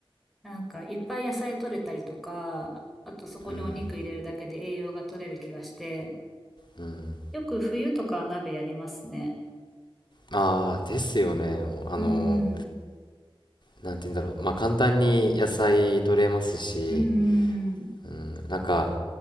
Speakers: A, in the centre; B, on the left (about 55°).
A: なんか、いっぱい野菜取れたりとか、あとそこにお肉入れるだけで栄養が取れる気がして、
B: うん。うん。
A: よく冬とかは鍋やりますね。
B: ああ、ですよね。あの、
A: うん。
B: なんて言うんだろう。まあ、簡単に野菜取れますし、
A: うんうん
B: うん、なんか、